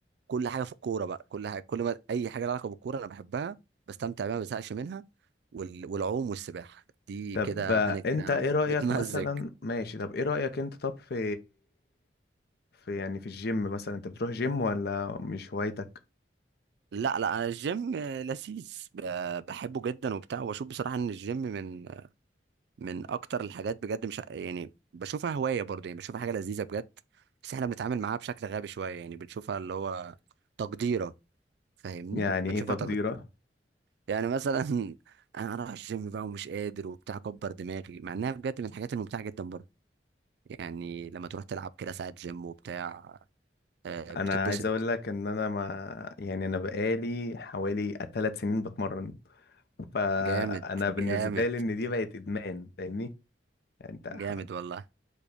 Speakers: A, on the right; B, on the left.
A: كل حاجه في الكوره بقى كل حاجه كل ما اي حاجه لها علاقه بالكوره انا بحبها بستمتع بيها ما بزهقش منها وال... والعوم والسباحه دي
B: طب
A: كده
B: آه،
A: انا كده
B: انت ايه رأيك
A: متمزج
B: مثلا ماشي طب ايه رأيك انت طب في في يعني في الجيم مثلا انت بتروح جيم ولا مش هوايتك
A: لا لا انا الجيم لذيذ ب- بحبه جدا وبتاع واشوف بصراحه ان الجيم من من اكتر الحاجات بجد مش يعني بشوفها هوايه برضه يعني بشوفها حاجه لذيذه بجد بس احنا بنتعامل معاها بشكل غبي شويه يعني بنشوفها اللي هو تقديره فاهمني
B: يعني
A: بتشوفها
B: ايه تقديرك
A: تقد... يعني مثلا <laughs> انا رايح الجيم بقى ومش قادر وبتاع كبر دماغي مع انها بجد من الحاجات الممتعه جدا برضه يعني لما تروح تلعب كده ساعه جيم وبتاع آه، بتتبسط
B: انا عايز اقول لك ان انا ما يعني انا بقالي حوالي ثلاث سنين بتمرن فانا
A: جامد
B: بالنسبه
A: جامد
B: لي ان دي بقت ادمان فاهمني يعني انت
A: جامد
B: حر-
A: والله